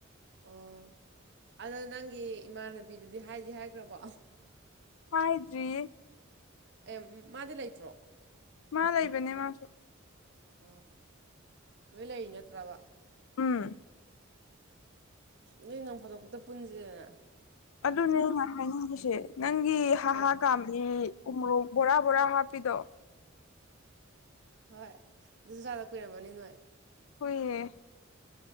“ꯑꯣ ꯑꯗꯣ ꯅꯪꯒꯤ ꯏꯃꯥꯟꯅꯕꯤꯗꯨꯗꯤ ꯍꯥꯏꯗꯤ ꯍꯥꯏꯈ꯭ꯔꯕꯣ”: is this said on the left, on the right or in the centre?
Right